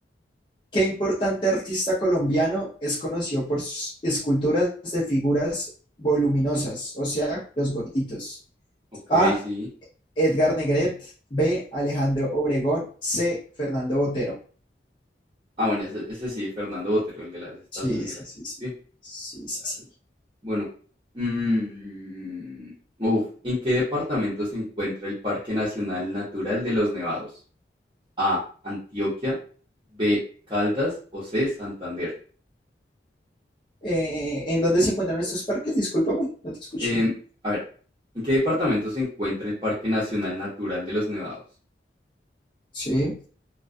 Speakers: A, on the left; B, on the right.
A: ¿Qué importante artista colombiano es conocido por sus esculturas de figuras voluminosas, o sea, los gorditos?
B: Ok,
A: A.
B: sí.
A: Edgar Negret. B. Alejandro Obregón. C. Fernando Botero.
B: Ah, bueno, ese, ese sí, Fernando Botero, el de las estas
A: Sí,
B: negras.
A: sí, sí, sí.
B: Sí,
A: Sí, sí,
B: claro.
A: sí.
B: Bueno, mm, uf, ¿en qué departamento se encuentra el Parque Nacional Natural de los Nevados? A, Antioquia, B, Caldas o C, Santander.
A: Eh, ¿en dónde se encuentran estos parques? Discúlpame, no te escuché.
B: Em, a ver, ¿en qué departamento se encuentra el Parque Nacional Natural de los Nevados?
A: Sí,